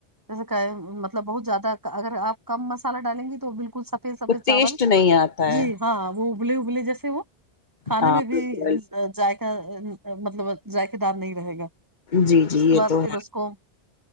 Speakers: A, on the right; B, on the left.
A: جیسے کہ مطلب بہت زیادہ اگر آپ کم مسالہ ڈالیں گی تو بالکل سفید سفید
B: وہ ٹیسٹ
A: چاول
B: نہیں آتا ہے
A: جی ہاں وہ ابلے ابلے جیسے وہ کھانے
B: ہاں
A: میں بھی
B: بالکل
A: جائق مطلب ذائقے دار نہیں رہے گا
B: جی
A: اس
B: جی
A: کے
B: یہ
A: بعد
B: تو
A: پھر اس کو